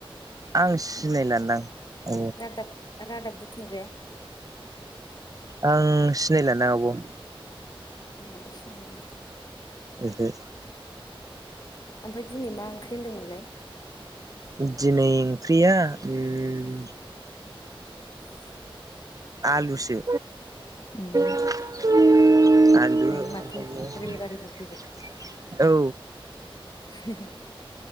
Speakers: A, on the right; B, on the left.
A: आं सिनायलादां औ
B: रादाब रादाब थुमग्राया
A: आं सिनायला दां आब'।
B: सिन
A: जै
B: ओमफ्राय दिनै मा ओंख्रि होनदोंमोनलाय?
A: दिनै ओंख्रिया उम
B: <inaudible>
A: आलुसो
B: उम
A: <inaudible> आलु
B: नै माथो
A: ओमफ्रायो
B: रेलगारिबो फैबाय
A: औ।
B: <inaudible>